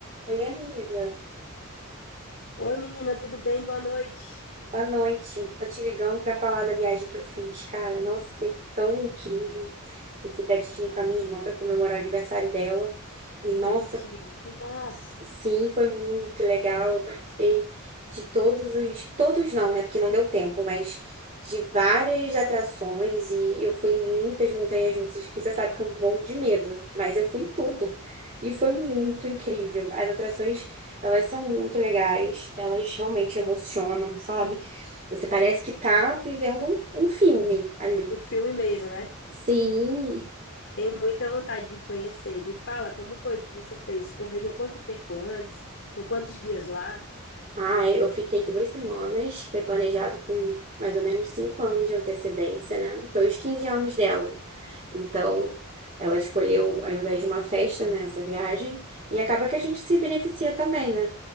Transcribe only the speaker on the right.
Oi, amiga.
Boa noite. Tô te ligando pra falar da viagem que eu fiz, cara. Nossa, foi tão incrível. Eu fui pra Disney com a minha irmã pra comemorar o aniversário dela. E nossa,
Sim, foi muito legal. Participei de todos os. Todos não, né? Porque não deu tempo, mas de várias atrações. E eu fui em muitas montanhas russas, que você sabe que eu morro de medo. Mas eu fui em tudo. E foi muito incrível. As atrações, elas são muito legais. Elas realmente emocionam, sabe? Você parece que tá vivendo um, um filme ali.
Sim,
Ah, é, eu fiquei duas semanas. Foi planejado com mais ou menos cinco anos de antecedência, né? Foi os 15 anos dela. Então, ela escolheu, ao invés de uma festa, né, essa viagem. E acaba que a gente se beneficia também, né?